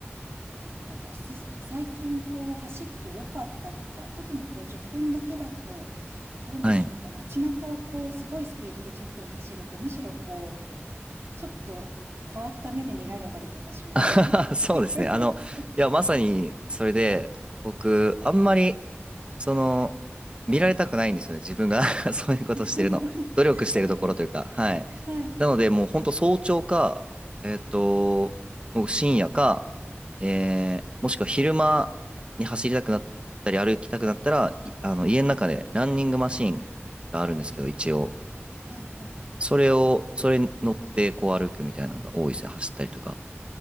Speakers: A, on the right; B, on the right.
A: なんかこうおすす、最近こう走ってよかったとか、特にこう10分だけだとどうなんでしょう。
B: はい。
A: なんか街中をこうすごいスピードで10分走るとむしろこうちょっと変わった目で見られたりとかしません
B: <laughs> そうですね。あの、
A: そう
B: いや、まさに、それで、僕、あんまり、その、見られたくないんですよね。自分が <laughs> そういうことしてるの。
A: <laughs>
B: 努力してるところというか、
A: わかります。
B: はい。
A: はい。
B: なので、もう、ほんと早朝か、えっと、もう深夜か、えー、もしくは昼間に走りたくなったり、歩きたくなったら、いあの、家の中で、ランニングマシンがあるんですけど、一応。
A: はいはい。
B: それを、それに乗って、こう歩くみたいなのが多いですね。走ったりとか。